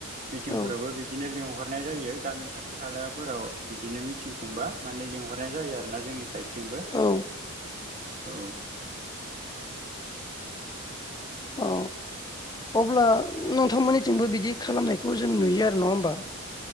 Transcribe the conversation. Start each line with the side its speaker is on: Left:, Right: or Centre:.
Right: मिथिंफोरावबो
Left: औ
Right: बिदिनो लिंहरनाय जायो गामि खाथि खालायावफोराव बिदिनो मिथिं खुंबा माने लिंहर नाय जायो आरोना जोंनि साइदथिंबो
Left: औ
Right: औ।
Left: औ। अब्ला नोंथांमोननिथिंबो बिदि खालामनायखौ जों नुयो आरो नङा होमबा।